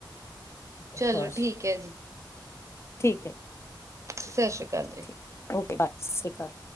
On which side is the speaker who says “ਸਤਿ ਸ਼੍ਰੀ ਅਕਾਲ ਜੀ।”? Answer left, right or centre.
Right